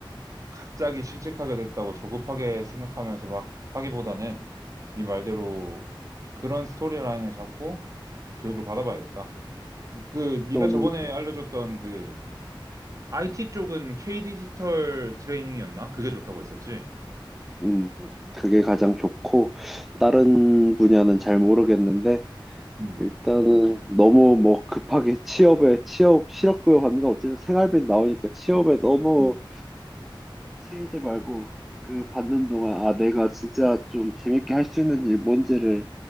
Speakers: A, on the right (about 40°); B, in the centre.
A: 갑자기 실직하게 됐다고 조급하게 생각하면서 막 하기보다는 네 말대로 그런 스토리라인을 잡고 교육을 받아봐야겠다. 그 네가
B: 좀,
A: 저번에 알려줬던 그 IT 쪽은 K 디지털 트레이닝이었나? 그게 좋다고 했었지?
B: 음, 그게 가장 좋고,
A: 응.
B: 다른 분야는 잘 모르겠는데,
A: 음.
B: 일단은 너무 뭐 급하게 취업에, 취업, 실업급여 받는 건 어쨌든 생활비 나오니까 취업에
A: 응.
B: 너무 치이지 말고, 그 받는 동안, 아, 내가 진짜 좀 재밌게 할 수 있는 일 뭔지를